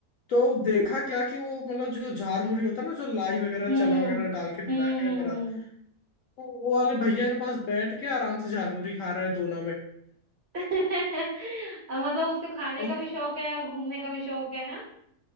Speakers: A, on the left; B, on the right.
A: तो देखा क्या कि वो मतलब जो झार मुरी होता है ना जो लाई वगैरह
B: हम्म
A: चना वगैरह डाल के
B: हम्म
A: मिला के
B: हम्म
A: बना
B: हम्म
A: वो वो वाले भैया के पास बैठ के आराम से झार मुरी खा रहा है दोना
B: <laughs> और मतलब उसको खाने
A: में
B: का भी शौक है और घूमने का भी शौक है हाँ